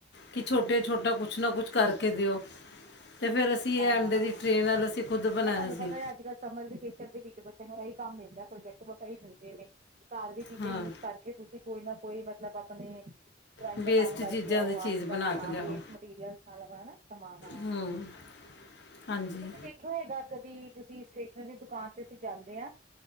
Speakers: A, on the left; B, on the right.
A: ਕਿ ਛੋਟੇ ਛੋਟਾ ਕੁਛ ਨਾ ਕੁਛ ਕਰਕੇ ਦਿਓ ਤੇ ਫਿਰ ਅਸੀਂ
B: ਹਾਂ-ਹਾਂ,
A: ਇਹ ਅੰਡੇ ਦੀ ਟ੍ਰੇ
B: ਸਹੀ
A: ਨਾਲ
B: ਗੱਲ
A: ਅਸੀਂ
B: ਐ
A: ਖੁਦ ਬਣਾਇਆ
B: ਇਹ ਤੁਹਾਨੂੰ ਪਤਾ
A: ਸੀ
B: ਅੱਜ ਕੱਲ੍ਹ ਸਮਰ ਵੀਕੇਸ਼ਨ ਦੇ ਵਿੱਚ ਬੱਚਿਆਂ ਨੂੰ ਇਹ ਕੰਮ ਇਦਾ। ਪ੍ਰੋਜੈਕਟ ਮਸਾ ਹੀ ਮਿਲਦੇ ਨੇ ਘਰ ਦੀ ਚੀਜ਼ਾਂ
A: ਹਾਂ
B: ਯੂਜ ਕਰਕੇ ਤੁਸੀਂ ਕੋਈ ਨਾ ਕੋਈ ਮਤਲਬ ਆਪਣੇ। ਡਰਾਇੰਗ
A: ਵੇਸਟ
B: ਦਾ ਕੰਮ ਕਰਕੇ
A: ਚੀਜ਼ਾਂ
B: ਆਓ
A: ਦੀ
B: ਆਰਟ
A: ਚੀਜ਼ ਬਣਾ
B: ਦਾ
A: ਕੇ
B: ਹਾਂ,
A: ਲਿਆਓ
B: ਵੇਸਟ ਮਟੀਰੀਅਲ ਨਾਲ ਨਾ ਸਮਾਨ ਆ।
A: ਹੂੰ ਹਾਂਜੀ
B: ਤੁਸੀਂ ਦੇਖਿਓ ਹੈਗਾ। ਕਦੀ ਤੁਸੀਂ ਸਟੇਸ਼ਨਰੀ ਦੁਕਾਨ ਤੇ ਅਸੀਂ ਜਾਂਦੇ ਆ